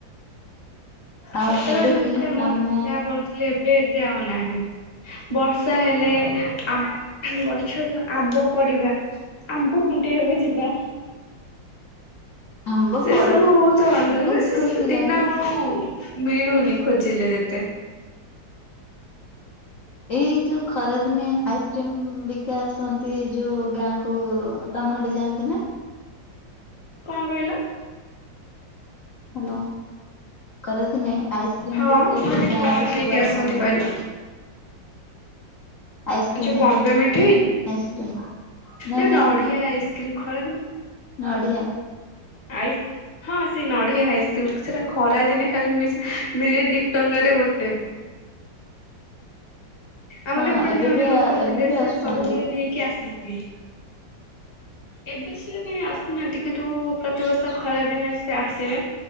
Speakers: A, on the left; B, on the left.
A: ଆଉ
B: ସେତେବେଳେ
A: ଏବେ
B: ଯେତେ
A: ବି
B: ମଜା
A: ଆମେ
B: କରୁଥିଲେ ଏବେ ଏତେ ଆଉ ନାହିଁ। ବର୍ଷା ହେଲେ ଆମ ଗଛରୁ ଆମ୍ବ ପଡିବା। ଆମ୍ବୁ ଖୁଣ୍ଟିବାକୁ ଯିବା।
A: ଆମ୍ବ
B: ସେ
A: ପଡି
B: ସବୁ ତ ଅଲଗା
A: ବହୁତ
B: ମାନେ ସେ
A: ଖୁସି
B: ସବୁ ଦିନ
A: ଲାଗେ।
B: ଆଉ ମିଳୁନି ଖୋଜିଲେ ଯେତେ
A: ଏଇ ଯୁ ଖରାଦିନେ ଆଇସ୍କ୍ରିମ୍ ବିକା ଆସନ୍ତି ଯୋଉ ଗାଁକୁ ତମ ଆଡ଼େ ଯାଆନ୍ତି ନା।
B: କଣ କହିଲ?
A: ହ୍ୟାଲୋ ଖରାଦିନେ ଆଇସ୍କ୍ରିମ
B: ହଁ
A: ବିକା
B: ମୁଁ କହିଲି
A: ଯୁ ଗାଁ
B: କଣ
A: କୁ
B: ନେଇକି
A: ସବୁ ଆସନ୍ତି।
B: କହିଲ?
A: ଆଇସ୍କ୍ରିମ
B: ଏ ଯୁ ବମ୍ବେ ମିଠେଇ।
A: ଆଇସ୍କ୍ରିମ ନା
B: ଯୁ ନଢିଆ ଆଇସ୍କ୍ରିମ ଖଳାଦିନେ
A: ନଡ଼ିଆ।
B: ଆଇ ହଁ ସେ ନଡିଆ ଆଇସ୍କ୍ରିମ୍ ସେଟା ଖରା ଦିନେ ଖାଲି ମିସ୍ -ମିଳେ ଦି ଟଙ୍କାରେ ଗୋଟେ। ଆମର
A: ହଁ
B: ଏପଟେ
A: ଏବେ
B: ଜଣେ
A: ବି
B: ଲୋକ
A: ଏବେ
B: ଥିଲେ
A: ବି
B: ସେ
A: ଆସୁଛନ୍ତି
B: ସବୁବେଳେ ନେଇକି ଆସନ୍ତି। ଏବେ ସିଏ କାଇଁ ଆସୁନାହାନ୍ତି କିନ୍ତୁ ପ୍ରତିବର୍ଷ ଖରା ଦିନେ ସିଏ ଆସିବେ।